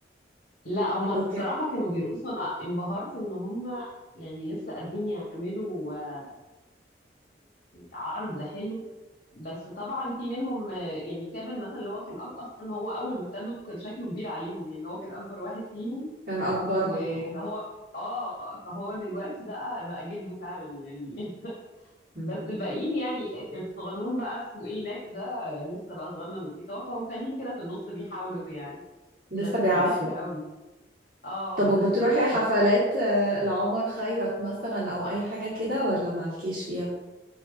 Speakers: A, on the left; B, on the right.
A: لا هما
B: وكده
A: بصراحه كانوا بيرقصوا انا انبهرت ان هما يعني لسه قادرين يعملوا آه، عرض حلو بس طبعا في منهم آه، يعني كيفن مثلا اللي هو كان أ- اصلا هو اول ما ابتدوا كان شكله كبير عليهم يعني هو كان اكبر واحد فيهم
B: كان أكبرهم
A: و-
B: اه
A: فهو اه فهو دلوقتي بقى بقى جده فعلا يعني <laughs>
B: مم.
A: بس الباقيين يعني الصغنون بقى اسمه ايه ناك ده آه، لسه بقى صغنن وفيه طاقة والتانيين كده في النص بيحاولوا يعني
B: لسه
A: بس
B: بيعافروا
A: كانت ضحكة قوي اه
B: طب
A: بس
B: وبتروحي
A: كانت
B: حفلات آه، لعمر خيرت مثلا أو أي حاجة كده ولا مالكيش فيها؟